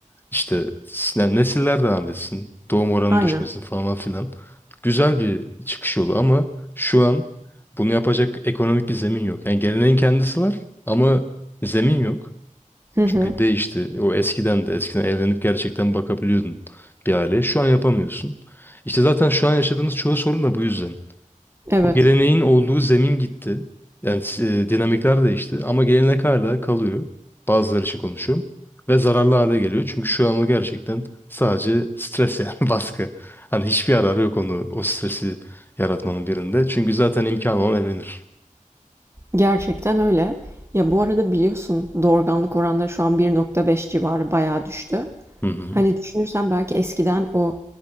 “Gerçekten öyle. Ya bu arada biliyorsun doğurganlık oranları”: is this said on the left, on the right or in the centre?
Right